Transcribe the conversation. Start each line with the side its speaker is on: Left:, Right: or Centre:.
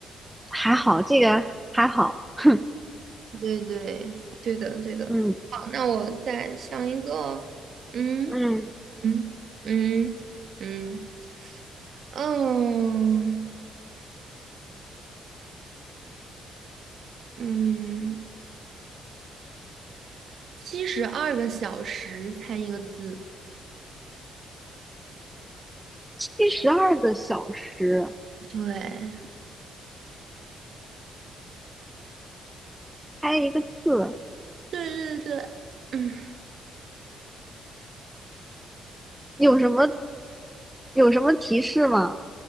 Centre: 还好，这个还好，<laughs>
Right: 对对对的，对的。
Centre: 嗯。
Right: 好，那我再想一个，嗯
Centre: 嗯，
Right: 嗯嗯嗯嗯嗯，七十二个小时猜一个字，
Centre: 七十二个小时，
Right: 对
Centre: 开一个字，
Right: 对对对，嗯
Centre: 有什么有什么提示吗？